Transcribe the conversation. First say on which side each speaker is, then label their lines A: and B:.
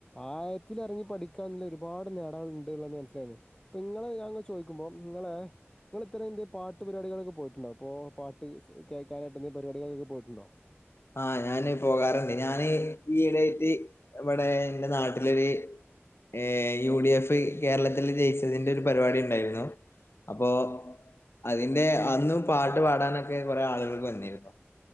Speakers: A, on the left (about 15°); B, on the left (about 60°).
A: ആയത്തില് ഇറങ്ങി പഠിക്കാനുള്ള ഒരുപാട് നേടാനു മനസാന്ന്. അപ്പോ ഞങ്ങൾ ഞാൻ ചോദിക്കുമ്പോൾ നിങ്ങളെ നിങ്ങള് ഇത്രയും എന്ത് പാട്ട് പരുപാടികൊക്കെ പോയിട്ടുണ്ടോ? അപ്പോ പാട്ട് കേൾക്കാനായിട്ട് പരിപാടികളൊക്കെ പോയിട്ടുണ്ടോ?
B: ആ ഞാന് പോകാറുണ്ട്. ഞാന് ഈ ഇടയായിട്ട് ഇവിടെ എന്റെ നാട്ടിലൊരു ഏ യു ഡി എഫ് കേരളത്തിൽ ജയിച്ചതിന്റെ ഒരു പരിപാടി ഉണ്ടായിരുന്നു. അപ്പൊ അതിന്റെ അന്നും പാട്ട് പാടാനൊക്കെ കൊറെേ ആളുകൾക്ക് വന്നിരുന്നു.